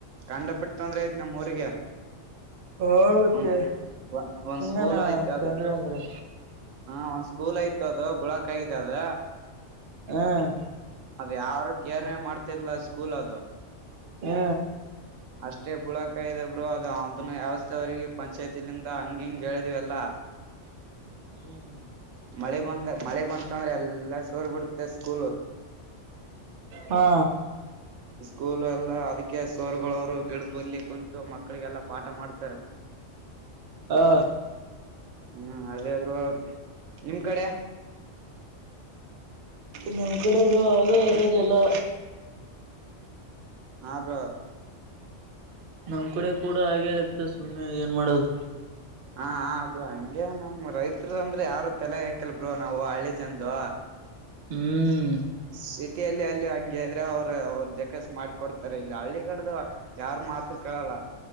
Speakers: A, on the right; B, on the right.
A: ಕಂಡ ಪಟ್ಟ ತೊಂದ್ರೆ ಐತೆ ನಮ್ಮ್ ಊರಿಗೆ.
B: ಹೋಗತ್ತೆ
A: ಒಂದ್
B: ಏನ್
A: ಒಂದ್
B: ಸುಮ್ಮನಾ
A: ಸ್ಕೂಲ್ ಐತಿ
B: <unintelligible>
A: ಅದು
B: ಅಂದ್ರೆ.
A: ಹಾ ಒಂದ್ ಸ್ಕೂಲ್ ಆಯ್ತು ಅದು ಬುಳಕ್ ಆಗಿದೆ ಅದ.
B: ಹ್ಮ
A: ಅದ ಯಾರು ಕೇರ್ ಹೇ ಮಾಡ್ತಿಲ್ಲ ಸ್ಕೂಲ್ ಅದು.
B: ಹ್ಮ
A: ಅಷ್ಟೇ ಬುಳಕಾಯಿದೆ ಬ್ರೋ ಅದು ಅದನ್ನ ವ್ಯವಸ್ಥೆವರೆಗ ಪಂಚಾಯತಿಲಿಂದ ಹಂಗ ಹಿಂಗ್ ಹೇಳಿದ್ವಿ ಎಲ್ಲಾ. <inaudible>
B: ಹ್ಮ್
A: ಮಳೆ ಬಂದ ಮಳೆ ಬಂತ ಅಂದ್ರೆ ಎಲ್ಲ ಸೋರ್ ಬಿಡುತ್ತೆ ಸ್ಕೂಲ್.
B: ಹಾ
A: ಸ್ಕೂಲ್ ಎಲ್ಲಾ ಅದಕ್ಕೆ ಸೋರ್ಗಳವರು ಗಿಡ್ದ್ ಬಲ್ಲಿ ಕುಂತು ಮಕ್ಕಳಿಗೆಲ್ಲಾ ಪಾಠ ಮಾಡ್ತಾರೆ.
B: ಹಾ
A: ಹ್ಮ್ ಅದೆ ಬ್ರೋ ನಿಮ್ ಕಡೆ.
B: ನಮ್ಮ್ ಕಡೆ ಅವೇ
A: ಅದು
B: ಇರೋದ ಎಲ್ಲಾ.
A: ಹ ಬ್ರೋ.
B: ನಮ್ಮ್ ಕಡೆ ಕೂಡ ಹಾಗೆ ಇರ್ತ ಸುಮ್ನೆ ಏನ್ ಮಾಡೋದು.
A: ಹ ಹಾ ಬ್ರೋ ಹಂಗೆ ನಮ್ ರೈತರು ಅಂದ್ರೆ ಯಾರ ತಲೆಗ್ ಹಾಕಲ್ ಬ್ರೋ ನಾವು ಹಳ್ಳಿ ಜನದು.
B: ಹ್ಮ್ ಹ್ಮ್
A: ಸಿಟಿಯಲ್ಲಿ ಅಲ್ಲಿ ಹಂಗ ಗೈದ್ರೆ ಅವ್ರು ಅವರು ಜಕಸ್ ಮಾಡಕೊಡ್ತಾರೆ ಇಲ್ಲಿ ಹಳ್ಳಿಗಡ್ದ ಯಾರ್ ಮಾತು ಕೇಳಲ್ಲ.